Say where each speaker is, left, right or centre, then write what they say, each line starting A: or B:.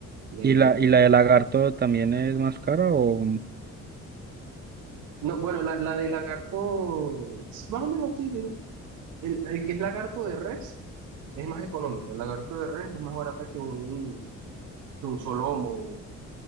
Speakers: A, on the right (about 85°); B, on the right (about 35°).
A: de-
B: ¿Y la, y la de lagarto también es más cara o...? mm?
A: No, bueno, la, la de lagarto, más o menos sí, sí. el, el que es lagarto de res es más económico. El lagarto de res es más barata que un, que un solomo